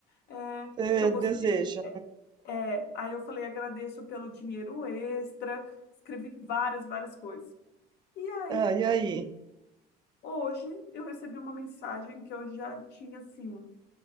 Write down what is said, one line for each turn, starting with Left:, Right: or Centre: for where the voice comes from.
Left: é,
Right: é,
Left: que eu gostaria.
Right: deseja.
Left: É, aí eu falei, agradeço pelo dinheiro extra, escrevi várias, várias coisas. E aí,
Right: Ah, e aí?
Left: hoje, eu recebi uma mensagem que eu já tinha, assim,